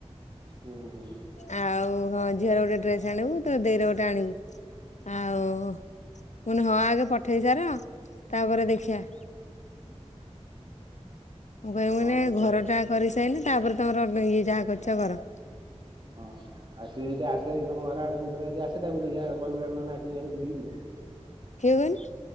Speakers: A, on the right; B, on the left.
A: ହୁଁ ହୁଁ।
B: ଆଉ ହଁ ଝିଅର ଗୋଟେ ଡ୍ରେସ ଆଣିବୁ ତ ଦେଇର ଗୋଟେ ଆଣିବୁ ଆଉହଁଆଗେ ପଠେଇ ସାର ତାପରେ ଦେଖିବା। ମୁଁ କହିମ୍
A: ହଁ
B: କନି ଏ
A: ସେଇଆ
B: ଘର ଟା କରିସାଇନି ତାପରେ ତମର ଇଏ ଯାହା କରିଛ କର।
A: ଓହୋ। ଆ ସେ ଯଦି ଆସେ ତମ ଘର ଆଡେ କଉଦିନ ଯଦିଆସେ, ତାକୁ ଦେଖିଥା କହିବୁ ନନା ଆସିକି ଘରଆଡ଼େ ବୁଲିକି ଯିବେ।
B: କିଏ କଅନି?